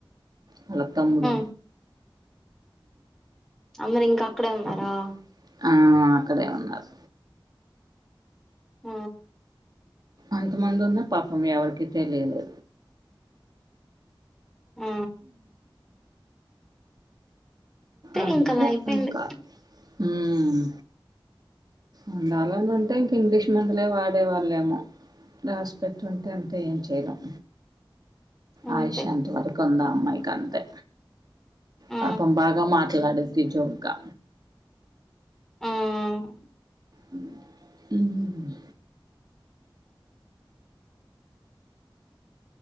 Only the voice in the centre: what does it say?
ఉహు అందరూ ఇంకా అక్కడే ఉన్నారా
హమ్
ఊ
ఇంక అలా అయిపోయింది
అంతే
ఆ
ఉమ్